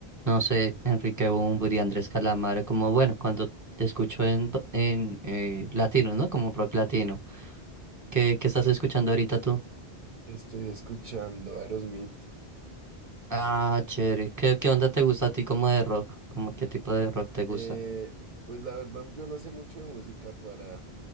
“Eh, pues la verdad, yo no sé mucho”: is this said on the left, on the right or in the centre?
Right